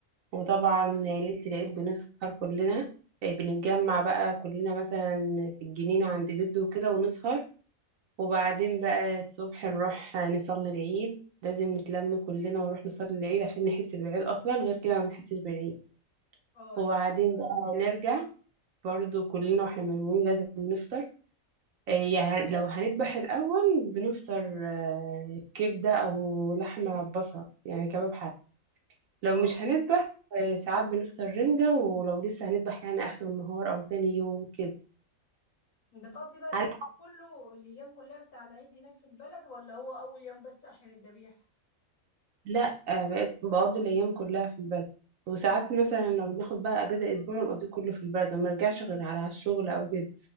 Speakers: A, on the right; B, on the left.
A: وطبعا ليلة العيد بنسهر كلنا آه، بنتجمع بقى كلنا مثلا في الجنينة عند جده وكده ونسهر وبعدين بقى الصبح نروح نصلي العيد لازم نتلم كلنا ونروح نصلي العيد عشان نحس بالعيد أصلا غير كده ما بنحسش بالعيد
B: اه
A: وبعدين بقى نرجع برضو كلنا واحنا مجموعين لازم نفطر آه، يعني لو هنذبح الأول بنفطر آه، كبدة أو لحمة بصل يعني كباب حلال لو
B: اه
A: مش هنذبح آه، ساعات بنفطر رنجة ولو لسه هنذبح يعني آخر النهار أو تاني يوم كده
B: بتقضي بقى العيد
A: على
B: كله الايام كلها بتاع العيد هناك في البلد ولا هو اول يوم بس عشان الذبيح
A: لا آه، بقيت بقضي الأيام كلها في البلد وساعات
B: مم.
A: مثلا لو بناخد بقى أجازة أسبوع نقضيه كله في البلد وما نرجعش غير على الشغل أو كده